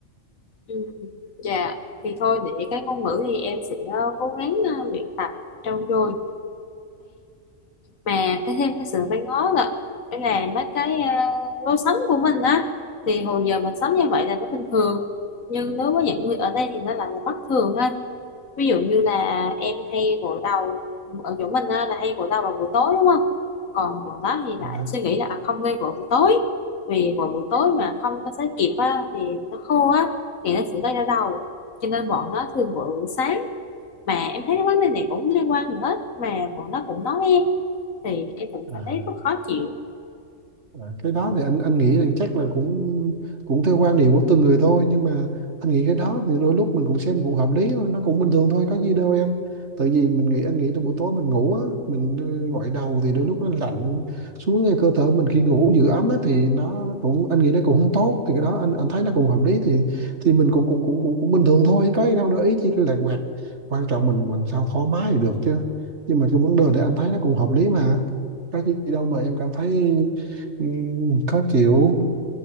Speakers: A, on the left; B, on the right.
A: ừ. dạ thì thôi để cái ngôn ngữ thì em sẽ ờ, cố gắng ờ, luyện tập trau dồi mà cái thêm cái sự văn ngó là cái là mấy cái ờ, lối sống của mình á thì hồi giờ mình sống như vậy là nó bình thường nhưng đối với những người ở đây thì nó lại là bất thường ha ví dụ như là em hay gội đầu ở chỗ mình á, là hay gội đầu vào buổi tối đúng không còn bọn đó thì lại
B: Đó.
A: suy nghĩ là à, không nên gội buổi tối vì vào buổi tối mà không có sấy kịp á, thì nó khô á thì nó sẽ gây đau đầu cho nên bọn nó thường gội buổi sáng mà em thấy cái vấn đề này cũng liên quan gì hết mà bọn nó cũng nói em thì em cũng
B: à.
A: cảm thấy rất khó chịu
B: À, cái đó thì anh anh nghĩ rằng chắc là cũng cũng theo quan điểm của từng người thôi nhưng mà anh nghĩ cái đó thì đôi lúc mình cũng xem cũng hợp lý thôi nó cũng bình thường thôi có gì đâu em tại vì mình nghĩ anh nghĩ là buổi tối mình ngủ á mình ờ, gội đầu thì đôi lúc nó lạnh xuống ngay cơ thể mình khi ngủ giữ ấm á thì nó cũng anh nghĩ nó cũng không tốt thì cái đó anh anh thấy nó cũng hợp lý thì thì mình cũng cũng cũng cũng, cũng bình thường thôi có gì đâu để ý chi cái lạt vặt quan trọng mình mình sao thoải mái thì được chứ nhưng mà cái vấn đề để anh thấy nó cũng hợp lý mà có gì đâu mà em cảm thấy Ừ, khó chịu